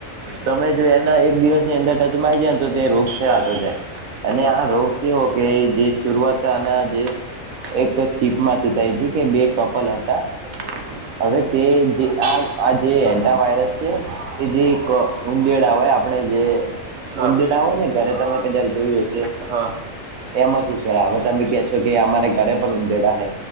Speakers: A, on the right (about 85°); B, on the right (about 70°).
A: તમે જો એના એક દિવસની અંદર ટચમાં આવી જાય ને તો તે રોગ ફેલાતો જાય. અને
B: હા
A: આ રોગ કેવો કે જે શરૂઆત આના જે એક સીપ માંથી થઈ હતી કે બે કપલ હતા હવે તે જે આ આજ વાયરસ છે કે જે એક ઉંદેડા હેય આપણે જે
B: હા
A: ઉંદેડા હોય ને ઘરે તમે કદાક જોયું હશે?
B: હા
A: એમાંથી ફેલાવે હાવેતમે કે છો કે અમારે ઘરે પણ ઊંદેડા હે